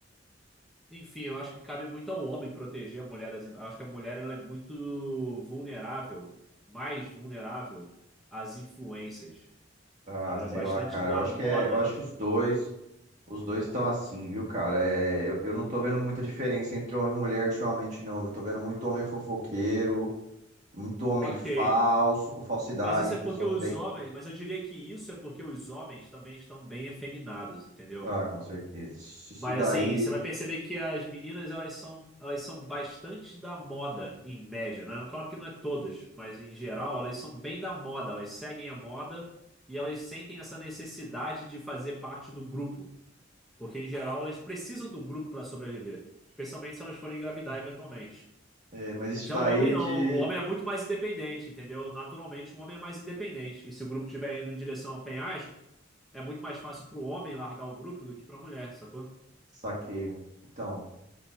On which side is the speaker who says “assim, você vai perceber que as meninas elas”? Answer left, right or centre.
Centre